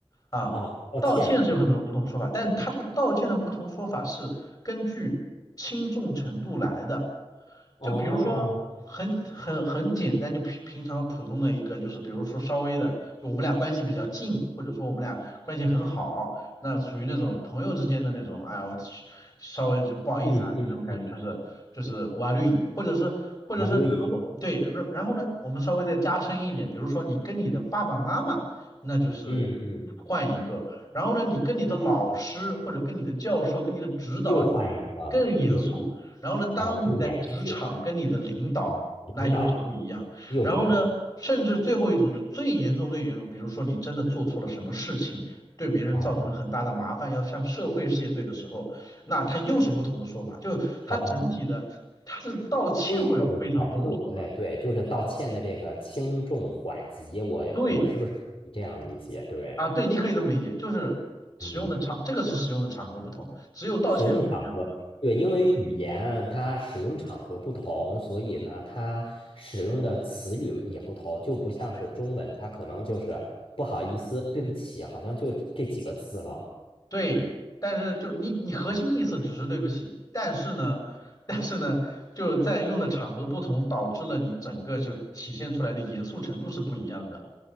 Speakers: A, on the left; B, on the left.
A: 啊，
B: 哦，抱歉。
A: 道歉是有很多种不同说法，但他这个道歉的不同说法是根据轻重程度来的。
B: 哦，
A: 就比如说很很很简单，就平平常普通的一个，就是比如说稍微的，就我们俩关系比较近，或者说我们俩关系很好，那属于那种朋友之间的那种，哎呀，我稍微就不好意思啊，
B: 嗯嗯嗯，
A: 就那种感觉，就是就是瓦绿蚁，或者是或者是如果对，
B: 啊对，
A: 然然后呢，我们稍微再加深一点，比如说你跟你的爸爸妈妈。那就是
B: 嗯嗯，
A: 换一个。然后呢，你跟你的老师或者跟你的教授、跟你的指导者更严肃。
B: 又换一个，又换，
A: 然后呢，当你在职场跟你的领导，
B: 哦，更严肃，嗯领导
A: 那又是不一样。
B: 又是，
A: 然后呢，甚至最后一种就最严重、最严重，比如说你真的做错了什么事情，对别人造成了很大的麻烦，
B: 哦，
A: 要向社会谢罪的时候，那他又是不同的说法。就他整体的，
B: 好吧，
A: 他是道歉会有非常多的说法。
B: 轻重程度，哎，对，就是道歉的这个轻重缓急，我我是不是你这样理解？
A: 对。
B: 对，
A: 啊，对，你可以这么理解，就是使用的场，
B: 嗯
A: 这个是使用的场合不同，只有道歉是这样子的。
B: 使用场合，对，因为语言它使用场合不同，所以呢，它使用的词语也不同，就不像是中文，
A: 对，
B: 它可能就是不好意思、对不起，好像就这几个字了。
A: 对，但是就你你核心意思只是对不起，
B: 嗯
A: 但是呢，但是呢，就是在用的场合不同，导致了你整个就体现出来的严肃程度是不一样的。